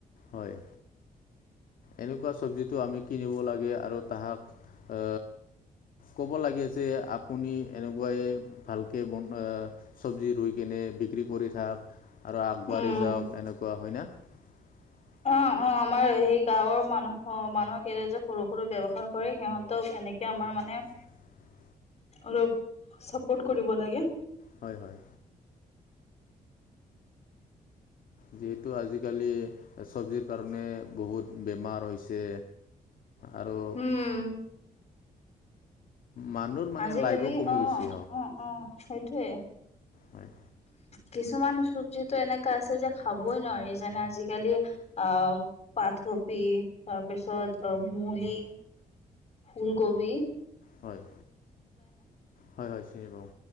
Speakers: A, on the left; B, on the left.
A: হয়। এনেকুৱা চব্জিতটো আমি কিনিব লাগে আৰু তাহাক এ, ক'ব লাগে যে আপুনি এনেকুৱাই ভালকৈ বন চব্জি ৰুই কেনে বিক্ৰী কৰি থাক। আৰু আগবঢ়ি
B: উম
A: যাওক এনেকুৱা হয় না। <inaudible>
B: অ অ আমাৰ সেই গাঁৱৰ মানুহ মানুহে কে যে সৰু-সৰু ব্যয়ৱসায় কৰে সিহঁতক এনেকে আমাৰ মানে।
A: <inaudible>
B: অলপ চাপৰ্ট কৰিব লাগে।
A: হয়-হয়। যিহেতু আজি আজি-কালি চব্জিৰ কাৰণে বহুত বেমাৰ হৈছে। আৰু
B: হুম।
A: মানুহৰ মানে
B: আজি-কালি,
A: লাইভো কমি
B: অ,
A: গৈছে
B: অ-অ সেইটোৱে।
A: হয়
B: কিছুমান চবজিতো এনেকা আছে যে খাবই নোৱাৰি। যেনে আজি-কালি আ আথ কপি, তাৰপিছত অ'- মুলি, ফুলগোবি
A: হয়, হয়-হয় চিনি পাওঁ।